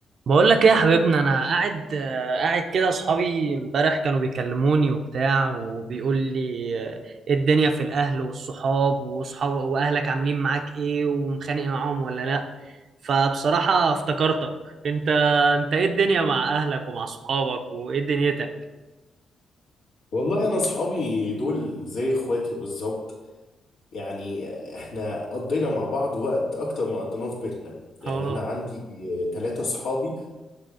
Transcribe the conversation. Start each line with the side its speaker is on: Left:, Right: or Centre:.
Right: بقول لك ايه يا حبيبنا انا قاعد آه، قاعد كده اصحابي امبارح كانوا بيكلموني وبتاع وبيقول لي آه، إيه الدنيا في الاهل والصحاب واصحاب واهلك عاملين معاك ايه ومخانق معاهم ولا لا فبصراحة افتكرتك انت انت ايه الدنيا مع اهلك ومع صحابك وايه دنيتك
Left: والله انا اصحابي دول زي اخواتي بالظبط يعني احنا قضينا مع بعض وقت اكتر ما قضيناه في بيتنا يعني
Right: اه
Left: انا عندي ثلاثة اصحابي